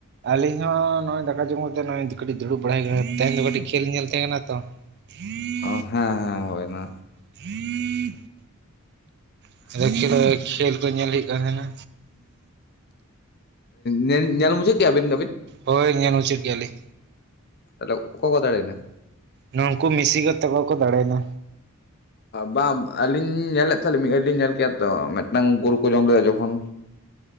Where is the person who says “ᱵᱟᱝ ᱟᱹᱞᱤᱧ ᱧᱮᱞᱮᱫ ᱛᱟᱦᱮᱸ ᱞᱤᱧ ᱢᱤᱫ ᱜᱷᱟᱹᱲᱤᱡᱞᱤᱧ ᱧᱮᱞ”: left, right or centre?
Left